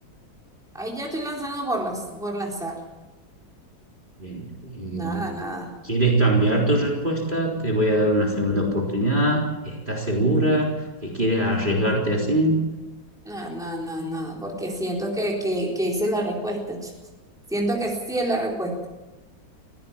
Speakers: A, in the centre; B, on the right (about 25°).
A: Ahí ya estoy lanzando por, las, por lanzar.
B: Bien. Eh,
A: Nada, nada.
B: ¿Quieres cambiar tu respuesta? Te voy a dar una segunda oportunidad. ¿Estás segura que quieres arriesgarte así?
A: Nada, nada, nada, nada. Porque siento que, que, que hice la respuesta, chicos. Siento que sí es la respuesta.